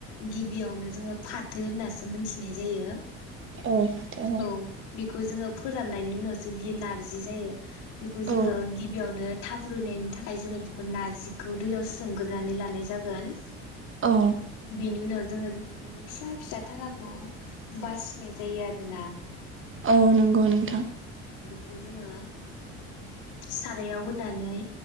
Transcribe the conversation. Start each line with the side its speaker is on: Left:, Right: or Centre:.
Left: गिबियावनो जोङो फाथो होननासो मोनथिनाय जायो।
Right: औ फाथो
Left: औ बेखौ जोङो फोराननायनि उनाव जोंदि नारजि जि जायो बेखौ जोङो
Right: औ
Left: गिबियावनो थाब रुयनायनि थाखाय जोङो बेखौ नारजिखौ दैयाव सोमग्रोनानै लानाय जागोन
Right: औ
Left: बेनि उनाव जोङो बिनि फिसा फिसा थाराखौ बासिनाय जायो आरोना
Right: औ नंगौ नोंथां
Left: खौ जोङो सारायाव होनानै